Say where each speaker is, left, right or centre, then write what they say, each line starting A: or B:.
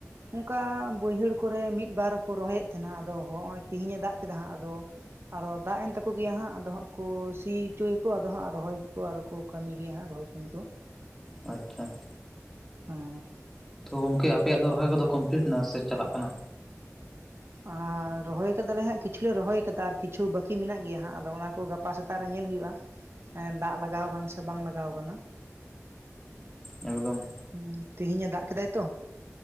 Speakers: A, on the right (about 50°); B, in the centre.
A: ᱚᱱᱠᱟ ᱵᱟᱹᱭᱦᱟᱹᱲ ᱠᱚᱨᱮ ᱢᱤᱫᱵᱟᱨ ᱠᱚ ᱨᱚᱦᱚᱭᱮᱫ ᱛᱟᱦᱮᱸᱱᱟ ᱟᱫᱚ ᱦᱚᱜ-ᱚᱭ ᱛᱤᱦᱤᱧᱮ ᱫᱟᱜ ᱠᱮᱫᱟ ᱦᱟᱸᱜ ᱟᱫᱚ ᱟᱨᱚ ᱫᱟᱜ ᱮᱱ ᱛᱟᱠᱚ ᱜᱮᱭᱟ ᱦᱟᱸᱜ, ᱟᱫᱚ ᱦᱟᱸᱜ ᱠᱚ ᱥᱤ ᱚᱪᱚᱭᱟᱠᱚ ᱟᱫᱚ ᱦᱟᱸᱜ ᱨᱚᱦᱚᱭ ᱜᱮᱠᱚ ᱟᱨᱚ ᱠᱚ ᱠᱟᱹᱢᱤ ᱜᱮᱭᱟ ᱦᱟᱸᱜ, ᱨᱚᱦᱚᱭ ᱠᱟᱹᱢᱤ ᱠᱚ᱾
B: ᱟᱪᱪᱷᱟ᱾
A: ᱦᱮᱸ᱾
B: ᱛᱚ ᱜᱚᱢᱠᱮ ᱟᱯᱮᱭᱟᱜ ᱫᱚ ᱨᱚᱦᱚᱭ ᱠᱚᱫᱚ ᱠᱚᱢᱯᱞᱤᱴ ᱮᱱᱟ, ᱥᱮ ᱪᱟᱞᱟᱜ ᱠᱟᱱᱟ?
A: ᱟᱨ ᱨᱚᱦᱚᱭ ᱟᱠᱟᱫᱟᱞᱮ ᱦᱟᱜ ᱠᱤᱪᱷᱩ ᱞᱮ ᱨᱚᱦᱚᱭ ᱟᱠᱟᱫᱟ, ᱟᱨ ᱠᱤᱪᱷᱩ ᱵᱟᱠᱤ ᱢᱮᱱᱟᱜ ᱜᱮᱭᱟ ᱦᱟᱜ, ᱟᱫᱚ ᱚᱱᱟ ᱠᱚ ᱜᱟᱯ ᱜᱟᱯᱟ ᱥᱮᱛᱟᱜ ᱨᱮ ᱧᱮᱞ ᱦᱩᱭᱩᱜ-ᱟ, ᱮᱸ ᱫᱟᱜ ᱞᱟᱜᱟᱣ ᱠᱟᱱᱟ ᱥᱮ ᱵᱟᱝ ᱞᱟᱜᱟᱣ ᱠᱟᱱᱟ᱾
B: ᱮᱠᱫᱚᱢ᱾
A: ᱦᱩᱸ, ᱛᱮᱦᱮᱧᱮ ᱫᱟᱜ ᱠᱮᱫᱟᱭ ᱛᱚ᱾